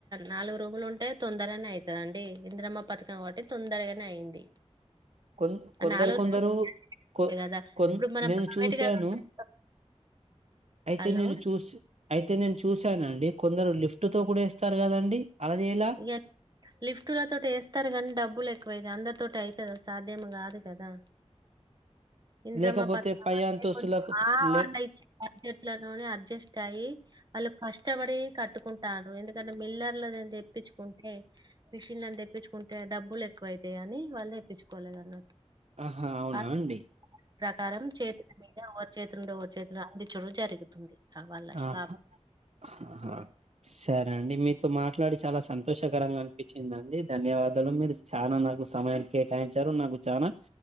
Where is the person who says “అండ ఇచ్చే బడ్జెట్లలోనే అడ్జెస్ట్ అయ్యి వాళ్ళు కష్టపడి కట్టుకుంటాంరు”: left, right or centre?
Right